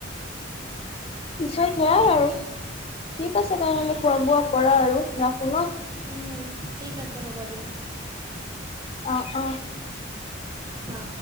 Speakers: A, on the left; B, on the right.
A: পিছত সেয়াই আৰু, ঠিক আছে তেনেহলে খোৱা বোৱা কৰা আৰু ৰাখো ন।
B: উম ঠিক আছে হ'ব দিয়া।
A: অ অ।
B: আ।